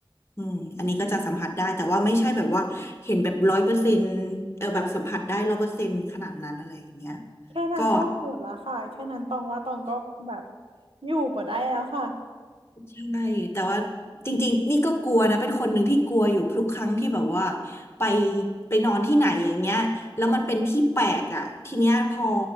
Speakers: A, on the left; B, on the right.
A: อืมอันนี้ก็จะสัมผัสได้แต่ว่าไม่ใช่แบบว่าเห็นแบบร้อยเปอร์เซ็นต์เออแบบสัมผัสได้ร้อยเปอร์เซ็นต์ขนาดนั้นอะไรอย่างเงี้ย
B: แค่นั้นก็โหดละค่ะแค่นั้นตองว่าตองก็คงแบบ
A: ก็
B: อยู่บ่ได้แล้วค่ะ
A: ใช่แต่ว่าจริงๆนี่ก็กลัวนะเป็นคนหนึ่งที่กลัวอยู่ทุกครั้งที่แบบว่าไปไปนอนที่ไหนอย่างเงี้ยแล้วมันเป็นที่แปลกอ่ะทีเนี้ยพอ